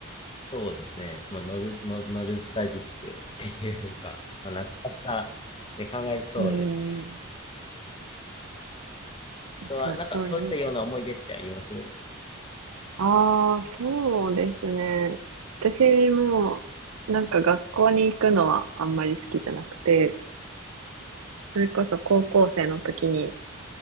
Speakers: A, on the left; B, on the right.
A: そうですね。まあ、ノル、ノ、ノルスタジックっていうか、まあ、懐かしさで考える、そうです。
B: うん。やっぱそういう。
A: とは、なんかそういったような思い出ってあります
B: ああー、そうですね。私も、なんか学校に行くのはあんまり好きじゃなくて、それこそ高校生の時に、